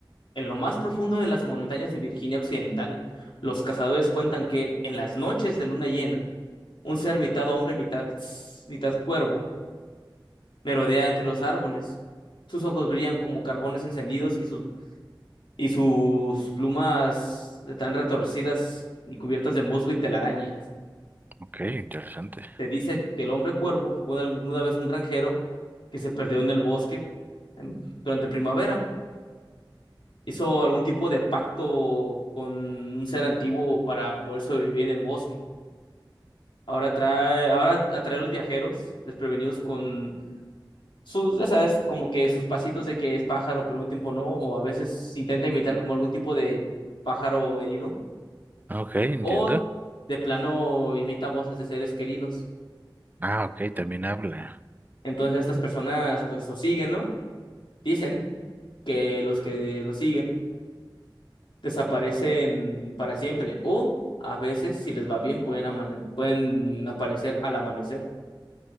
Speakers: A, on the left (about 75°); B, on the right (about 20°).
A: en lo más profundo de las montañas de Virginia Occidental, los cazadores cuentan que en las noches de luna llena, un ser mitad hombre, mitad, mitad cuervo, Merodea entre los árboles. Sus ojos brillan como carbones encendidos y sus, y sus plumas están retorcidas y cubiertas de musgo y telarañas.
B: ok, interesante.
A: Te dice que el hombre cuervo fue alguna vez un granjero que se perdió en el bosque en- durante primavera. Hizo algún tipo de pacto con un ser antiguo para poder sobrevivir en el bosque. Ahora trae, ahora atrae a los viajeros desprevenidos con sus, ya sabes, como que sus pasitos de que es pájaro, pero en un tiempo no, o a veces intenta imitar como algún tipo de pájaro herido,
B: Ok, entiendo.
A: o de plano imita voces de seres queridos.
B: Ah, ok, también habla.
A: Entonces estas personas pues lo siguen, ¿no? Dicen que los que lo siguen desaparecen para siempre, o a veces, si les va bien, pueden, ama- pueden aparecer al amanecer.